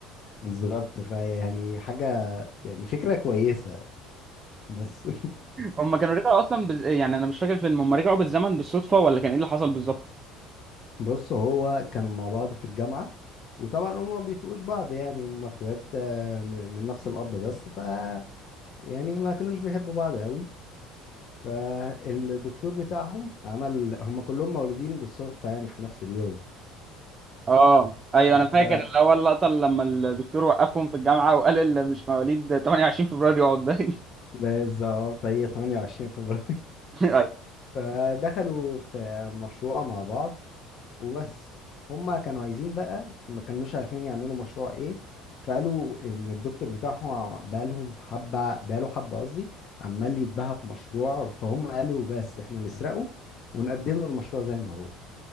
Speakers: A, on the left; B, on the right.
A: فبالظبط فيعني حاجة يعني فكرة كويسة بس
B: هم كانوا رجعوا اصلا بز... يعني انا مش فاكر الفيلم هم رجعوا بالزمن بالصدفه ولا كان ايه اللي حصل بالظبط
A: بص هو كانوا مع بعض في الجامعة وطبعا هما ما بيتقوش بعض يعني هما اخوات آه، م- من نفس الأب بس ف يعني ما كانوش بيحبوا بعض قوي فالدكتور بتاعهم عمل هما كلهم مولودين بالصدفة يعني في نفس اليوم
B: اه ايوه
A: <laughs>
B: انا فاكر
A: ف-
B: اللي هو اللقطه اللي لما الدكتور وقفهم في الجامعه وقال اللي مش مواليد 28 فبراير يقعد ده
A: بالظبط هي 28 فبراير
B: <laughs> ايوه
A: فدخلوا في مشروع مع بعض وبس هما كانوا عايزين بقى ما كانوش عارفين يعملوا مشروع ايه فقالوا ان الدكتور بتاعهم بقالهم حبة بقاله حبة قصدي عمال يتباهى بمشروع فهم قالوا بس احنا نسرقه ونقدم له المشروع زي ما هو